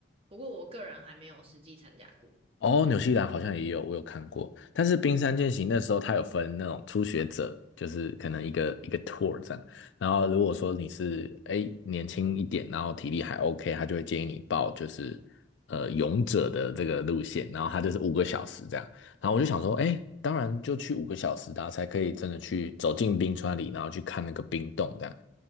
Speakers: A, on the right; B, on the left.
A: 不过我个人还没有实际参加过。
B: 哦，纽西兰好像也有，我有看过。但是冰山健行那时候它有分那种初学者，就是可能一个一个 tour 这样。然后如果说你是哎年轻一点，然后体力还 OK，他就会建议你报就是呃勇者的这个路线，然后他就是五个小时这样。然后我就想说，哎，当然就去五个小时的啊才可以真的去走进冰川里，然后去看那个冰洞这样。